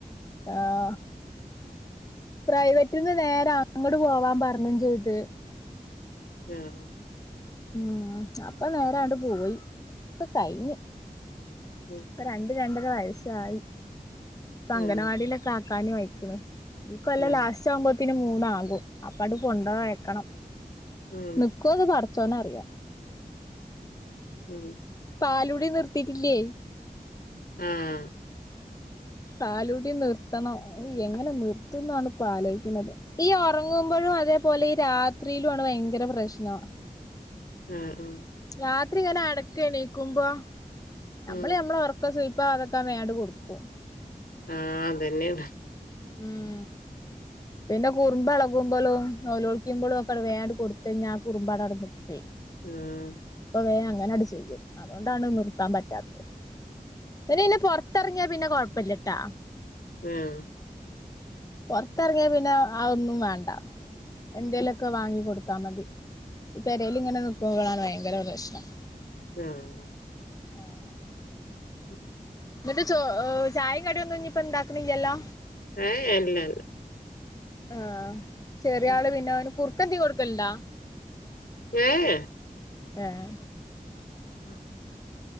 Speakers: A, on the left; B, on the left.
A: ആഹ്. പ്രൈവറ്റ് നിന്ന് നേരെ അങ്ങട് പോവാൻ പറഞ്ഞും ചെയ്ത്.
B: ഉം
A: ഉം അപ്പൊ നേരേയാണ്ട് പോയി ഒക്കെ കഴിഞ്ഞ്
B: ഉം.
A: ഇപ്പൊ രണ്ട് രണ്ടര വയസായി ഇപ്പൊ അംഗൻവാടിയിലൊക്കെ
B: ആഹ്
A: ആക്കാനു അയ്ക്ണ്. ഇ കൊല്ലം
B: ആഹ്
A: ലാസ്റ്റ് ആവുമ്പോത്ത്ന് മൂന്നാകും അപ്പണ്ട് കൊണ്ടോയാക്കണം.
B: ഉം
A: നിക്കോന്ന് പടച്ചോനറിയാ
B: ഉം.
A: പാലൂടി നിർത്തിട്ടില്ലേയ്
B: ആഹ്.
A: പാലുടി നിർത്തണം അയ് എങ്ങനെ നിർത്തുന്നാണ് ഇപ്പ ആലോയ്ക്ക്ണത്. ഈ ഒറങ്ങുമ്പോഴും അതേപോലെ ഈ രാത്രിയിലു ആണ് ഭയങ്കര പ്രശ്നം.
B: ആഹ് ആഹ്
A: രാത്രി ഇങ്ങനെ അടക്കെണീക്കുമ്പോ ഞമ്മള്
B: ഉം
A: ഞമ്മളെ ഒറക്കം സുയിപ്പാവാതെക്കാൻ വേം ആണ്ട് കൊടുക്കും
B: ആഹ് അതന്നെണ്
A: ഉം പിന്നെ കുറുമ്പ് എളകുമ്പളും നോലോളിക്ക്മ്പളും ഒക്കെണ്ട് വേം ആണ്ട് കൊടുത്തഞ്ഞാ ആ കുറുമ്പ് അടെ അടെനിക്കൊയ്
B: ഉം
A: അപ്പൊ വേം അങ്ങനെ അണ്ട് ചെയ്ത് അതുകൊണ്ടാണ് നിർത്താൻ പറ്റാത്തത് പിന്നെ ന്നെ പൊറത്ത് തെറങ്ങിയ പിന്നെ കൊഴപ്പല്ലട്ടാ.
B: ഉം.
A: പൊറത്തെറങ്ങിയാ പിന്നെ ആഹ് ഒന്നും വേണ്ട എന്തേലൊക്കെ ക്കെ വാങ്ങി കൊടുത്താമതി ഈ പെരേൽ ഇങ്ങനെ നിക്കുമ്പയാണ് ഭയങ്കര പ്രശ്നം
B: ആഹ്
A: ആഹ്
B: ഉം
A: ന്നട്ട് ചോ ചായിം കടിയൊന്നും ഇഞ് ഇപ്പ ഇടണ്ടാക്ണ്യ്യല്ലോ
B: ഏയേ ഇല്ലല്ല
A: ആഹ് ചെറിയ
B: ഉം.
A: ആള് പിന്നെ അവന് കുറുക്കെന്ത്യേ കൊടുക്കല്ണ്ടാ
B: ഏയേ
A: ഏഹ്
B: ഉം